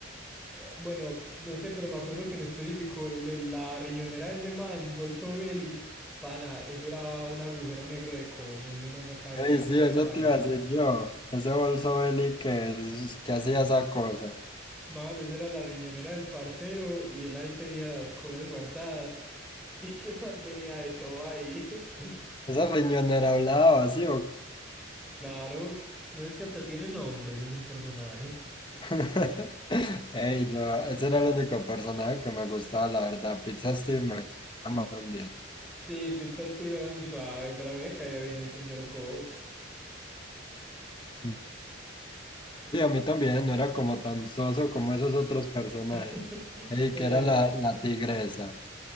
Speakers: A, in the centre; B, on the left.
A: eh, bueno, no sé, pero me acuerdo que en específico le- la riñonera de ese man, Bolso Belli, pana, eso era un agujero negro de cosas, ese man sacaba de
B: Ey,
A: ahí lo
B: sí,
A: que le
B: eso
A: diera la
B: te
A: gana.
B: iba a decir yo. Ese bolso Beli que, es- que hacía esa cosa.
A: Man, esa era la riñonera del parcero y él ahí tenía las cosas guardadas <laughs> y ese man tenía de todo ahí. <laughs>
B: Esa riñonera hablaba así. o-
A: Claro, no es que hasta tiene nombres, es un personaje.
B: qué? <laughs> Ey, yo, ese era el único personaje que me gustaba, la verdad. Pizza Steve me ama también.
A: Sí, Pizza Steve era un suave, pero a mí me caía bien el señor Goss.
B: Mm. Sí, a mí también, no era como tan soso como esos otros personajes.
A: <laughs>
B: Ey,
A: Eh,
B: que era la, la tigresa.